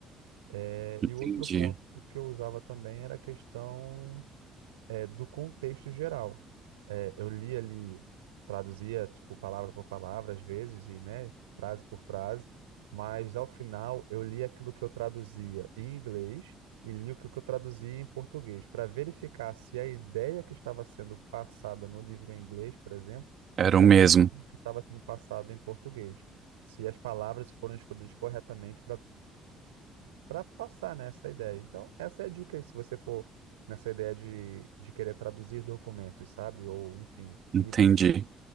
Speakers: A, on the right; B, on the right.
A: Eh,
B: Entendi.
A: e o outro ponto que eu usava também era a questão é, do contexto geral. É, eu li ali, traduzia, tipo, palavra por palavra, às vezes, e, né, frase por frase, mas ao final eu li aquilo que eu traduzia em inglês e li o que eu traduzia em português, para verificar se a ideia que estava sendo passada no livro em inglês, por exemplo,
B: Era
A: era
B: o mesmo.
A: a mesma que estava sendo passada em português. Se as palavras foram escolhidas corretamente para para passar, né, essa ideia. Então, essa é a dica aí, se você for nessa ideia de, de querer traduzir documentos, sabe? Ou, enfim, livros.
B: Entendi.